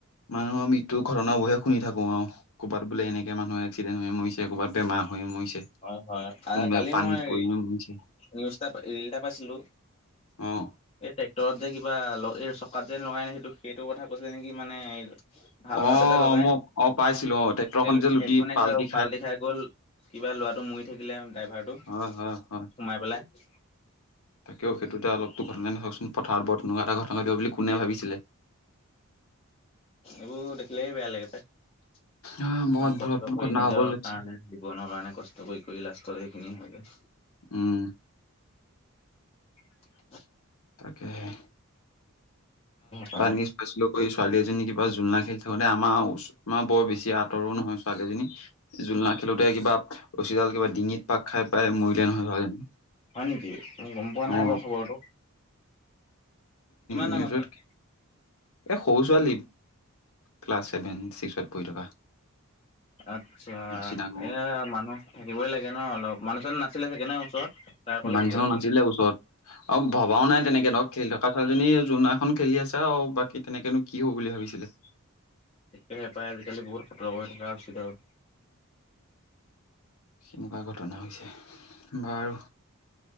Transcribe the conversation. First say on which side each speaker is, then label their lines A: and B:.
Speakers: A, on the left; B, on the left.
A: মানুহৰ মৃত্যুৰ ঘটনা বোৰহে শুনি থাকো আৰু। ক'ৰবাত বোলে এনেকে মানুহ একসিডেণ্টয় মৰিছে ক'ৰবাত বেমাৰহৈ মৰিছে।
B: হয় হয়,
A: কোনোবাই
B: আৰু কালি
A: পানীত
B: মই
A: পৰি মৰিছে
B: নিউজটা ৰিল এটা পাইছিলো।
A: অঁ।
B: এই ট্ৰেক্টৰত যে কিবা এই চকাত যে লগাই নাই সেইটো সেইটো কথা কৈছে নেকি মানে। ভাল
A: অ'
B: ভাতেতে লগাই
A: মই অ' পাইছিলো অ' ট্ৰেক্টৰখন
B: এই
A: যে লুটি
B: এক মানে
A: পালটি
B: কি পাল্টি খাই গ'ল <unintelligible> কিবা ল'ৰাটো মৰি থাকিলে ড্ৰাইভাৰটো
A: হয় হয় হয়।
B: সোমাই পেলাই।
A: তাকেও সেইটোতে অলপটো ঘটনাই নাওকচোন পথাৰত <unintelligible> এটা ঘটনা দিব বুলি কোনে
B: সেইটো
A: ভাবিছিলে
B: এইবোৰ দেখিলেে বেয়া লাগে পায় ইমান
A: অ' বহুত
B: কষ্ট
A: বহুত বহুত
B: কৰি
A: ঘটনা
B: নিজৰ
A: হ'ব লৈছে
B: কাৰণে জীৱনৰ কাৰণে কষ্ট কৰি কৰি লাষ্টৰ সখিনি হয়গৈ
A: উম
B: <unintelligible>
A: তাকে <unintelligible>
B: পায়।
A: নিশ <unintelligible> ছোৱালী এজনী কিবা জোলনা খেলি থাকোতে আমাৰ আমাৰ বৰ বেছি আঁতৰো নহয় ছোৱালীজনী জোলনা খেলোতে কিবা ৰছীডাল কিবা ডিঙিত পাক খাই পাই মৰিলে নহয়
B: হয় নেকি মই গম পোৱা
A: অ'
B: নাই বাৰু খবৰটো কিমান
A: নিউজত
B: ডাঙৰ ছোৱালী?
A: এই সৰু ছোৱালী ক্লাছ ছেভেন ছিক্সত পঢ়ি থকা
B: আচ্ছা
A: বেছি ডাঙৰ
B: এ মানুহ থাকিবই লাগে ন অলপ মানুহজন নাছিলে চাগে ন ওচৰত তাই অকলে
A: মানুহ
B: খেলি
A: চানো
B: আছিলে।
A: নাছিলে ওচৰত আৰু ভবাও নাই তেনেকে ধৰক খেল ধক <unintelligible> ছোৱালীজনী জোৰনা এখন খেলি আছে আৰু বাকী তেনেকৈনো কি হ'ব বুলি ভাবিছিলে
B: হে হে পাই আজিকালি বহুত সতৰ্ক হৈ থকা উচিত আৰু
A: সেনেকুৱা ঘটনা হৈছে বা আৰু